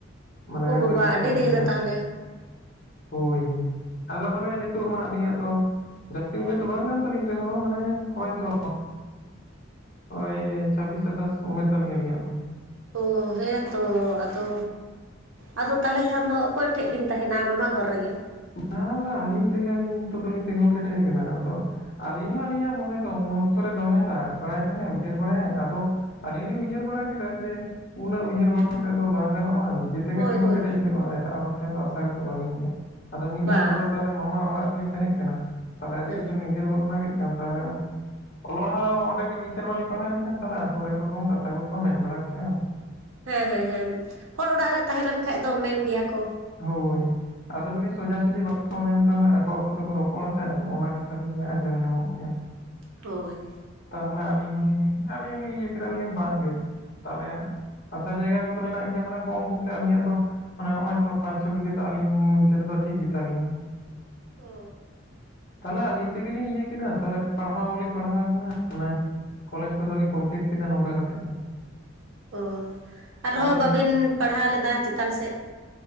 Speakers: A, on the left; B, on the right.
A: ᱢᱟᱱᱮ
B: ᱚ ᱵᱟᱵᱟ
A: ᱵᱟᱹᱜᱤ ᱦᱚᱴᱚᱣᱟᱜ
B: ᱟᱹᱰᱤ
A: ᱞᱤᱧᱟ
B: ᱫᱤᱱ ᱨᱮ
A: ᱠᱚ
B: ᱛᱟᱦᱚᱞᱮ
A: ᱾ ᱦᱳᱭ ᱟᱫᱚ ᱢᱟᱱᱮ ᱱᱤᱛᱳᱜ ᱢᱟ ᱟᱹᱞᱤᱧᱟᱜ ᱫᱚ ᱡᱟᱹᱥᱛᱤ ᱩᱢᱮᱨ ᱫᱚ ᱵᱟᱝ ᱠᱟᱱ ᱛᱟᱞᱤᱧ ᱨᱮᱦᱚᱸ ᱢᱟᱱᱮ ᱦᱚᱜ-ᱚᱭᱛᱚ ᱳᱭ ᱪᱷᱟᱵᱵᱤᱥ ᱥᱟᱛᱟᱥ ᱩᱢᱮᱨ ᱛᱟᱹᱞᱤᱧ ᱟᱹᱞᱤᱧᱟᱜ ᱫᱚ᱾
B: ᱚ ᱦᱮᱸ ᱛᱚ ᱟᱫᱚ ᱟᱫᱚ ᱛᱟᱦᱚᱞᱮ ᱠᱷᱟᱱ ᱫᱚ ᱚᱠᱚᱭ ᱴᱷᱮᱡ ᱵᱤᱱ ᱛᱟᱦᱮᱱᱟ ᱢᱟᱢᱟ ᱜᱷᱚᱨ ᱨᱮᱜᱮ?
A: ᱵᱟᱝ ᱵᱟᱝ ᱟᱹᱞᱤᱧ ᱛᱮᱜᱮ ᱟᱹᱞᱤᱧ ᱱᱤᱛᱚᱜ ᱫᱚᱞᱤᱧ ᱛᱤᱸᱜᱩ ᱠᱮᱴᱮᱡ ᱟᱠᱟᱱᱟ ᱛᱚ ᱟᱹᱞᱤᱧ ᱦᱚᱸ ᱟᱹᱞᱤᱧᱟᱜ ᱢᱚᱱᱮ ᱫᱚ ᱩᱱ ᱚᱠᱛᱚ ᱨᱮ ᱫᱚᱢᱮ ᱨᱟᱜᱽ ᱵᱟᱲᱟᱭ ᱛᱟᱦᱮᱸ ᱩᱭᱦᱟᱹᱨ ᱵᱟᱲᱟᱭᱟᱭ ᱟᱫᱚ ᱟᱹᱞᱤᱧ ᱞᱤᱧ ᱩᱭᱦᱟᱹᱨ ᱵᱟᱲᱟ ᱠᱮᱫᱟ ᱡᱮ ᱩᱱᱟᱹᱜ ᱩᱭᱦᱟᱹᱨ ᱵᱟᱲᱟ ᱠᱟᱛᱮᱫ ᱫᱚ ᱵᱟᱝ ᱜᱟᱱᱚᱜᱼᱟ ᱱᱤᱡᱮ ᱛᱮᱜᱮ
B: ᱦᱳᱭ
A: ᱛᱤᱸᱜᱩ
B: ᱦᱳᱭ
A: ᱠᱮᱴᱮᱡ ᱦᱩᱭᱩᱜᱼᱟ ᱮᱴᱟᱜ ᱦᱚᱲ ᱴᱷᱮᱱ ᱫᱚ ᱟᱥᱟ ᱠᱟᱛᱮ ᱵᱟᱞᱤᱧ <unintelligible> ᱟᱫᱚ ᱢᱤᱫ
B: ᱵᱟᱝ
A: ᱚᱠᱛᱚ ᱫᱚ ᱛᱮ ᱢᱟᱢᱟ ᱚᱲᱟᱜ ᱨᱮᱞᱤᱧ ᱛᱟᱦᱮᱸᱜ ᱠᱟᱱᱟ ᱛᱟᱦᱚᱞᱮ ᱟᱹᱰᱤ
B: ᱦᱮᱸ
A: ᱠᱤᱪᱷᱩᱞ ᱞᱤᱧ ᱩᱭᱦᱟᱹᱨ ᱵᱷᱟᱵᱽᱱᱟ ᱠᱮᱜ ᱠᱟᱱ ᱛᱟᱦᱚᱞᱮ ᱚᱞ ᱯᱟᱲᱦᱟᱣ ᱨᱮᱦᱚᱸ ᱚᱸᱰᱮ ᱜᱮ ᱢᱤᱫ ᱥᱮᱨᱢᱟ ᱞᱤᱧ ᱠᱚ ᱛᱟᱦᱮᱱ ᱠᱷᱟᱱ ᱛᱟᱦᱚᱞᱮ ᱦᱚᱨᱮᱠ ᱨᱚᱠᱚᱢ ᱠᱟᱛᱷᱟ ᱠᱚᱠᱚ ᱢᱮᱱ ᱵᱟᱲᱟ ᱠᱮᱜ-ᱟ ᱾ <inaudible>
B: ᱦᱮᱸ ᱦᱮᱸ ᱦᱮᱸ ᱦᱚᱲ ᱚᱲᱟᱜ ᱨᱮ ᱛᱟᱦᱮᱸ ᱞᱮᱱ ᱠᱷᱟᱡ ᱫᱚ ᱢᱮᱱ ᱜᱮᱭᱟ ᱠᱚ ᱾
A: ᱦᱳᱭ ᱟᱫᱚ ᱟᱞᱤᱧ ᱥᱚᱡᱟ ᱥᱩᱡᱤ ᱠᱚ ᱢᱮᱱ ᱨᱮᱦᱚᱸ ᱟᱠᱚ ᱟᱠᱚ ᱛᱮᱠᱚ ᱨᱚᱯᱚᱲᱟ ᱥᱮ ᱟᱫᱚ ᱚᱱᱟ ᱠᱟᱛᱷᱟ ᱠᱚᱜᱮ ᱟᱸᱡᱚᱢ ᱧᱟᱢᱚᱜ ᱜᱮᱭᱟ ᱾
B: ᱦᱳᱭ
A: ᱛᱟᱦᱚᱞᱮ ᱟᱹᱞᱤᱧ ᱟᱹᱞᱤᱧ ᱦᱚᱸᱞᱤᱧ ᱤᱭᱟᱹ ᱠᱮᱫᱟᱞᱤᱧ ᱵᱟᱝᱜᱮ ᱛᱟᱦᱚᱞᱮ ᱦᱟᱥᱟ ᱡᱟᱭᱜᱟ ᱠᱚᱫᱚ ᱢᱮᱱᱟᱜ ᱜᱮᱭᱟ ᱢᱟᱱᱮ ᱠᱚᱢ ᱯᱚᱠᱠᱷᱮ ᱟᱹᱞᱤᱧᱟᱜ ᱫᱚ ᱢᱟᱱᱮ ᱱᱚᱜᱼᱚᱭ ᱛᱚ ᱯᱟᱸᱪ ᱪᱷᱚ ᱵᱤᱜᱷᱟᱹ ᱟᱹᱞᱤᱧ ᱴᱷᱮᱜ ᱨᱮᱫᱚ ᱴᱷᱤᱠ ᱜᱮᱛᱟᱞᱤᱧᱟ᱾
B: ᱚ
A: ᱛᱟᱦᱚᱞᱮ ᱟᱹᱞᱤᱧ ᱛᱮᱜᱮᱞᱤᱧ ᱤᱭᱟᱹ ᱠᱮᱫᱟ ᱛᱟᱦᱚᱞᱮ ᱯᱟᱲᱦᱟᱣ ᱵᱟᱞᱤᱧ ᱯᱟᱲᱦᱟᱣ ᱠᱟᱱᱟ ᱢᱟᱱᱮ ᱠᱚᱞᱮᱡᱽ ᱠᱚᱫᱚᱞᱤᱧ ᱠᱚᱢᱯᱞᱤᱴ ᱠᱮᱫᱟ ᱱᱚᱝᱠᱟ ᱠᱟᱛᱮᱜ ᱜᱮ ᱾
B: ᱚ ᱟᱨᱦᱚᱸ
A: ᱱᱤᱛ
B: ᱵᱟᱹᱵᱤᱱ ᱯᱟᱲᱦᱟᱣ ᱞᱮᱫᱟ ᱪᱮᱛᱟᱱ ᱥᱮᱜ ᱾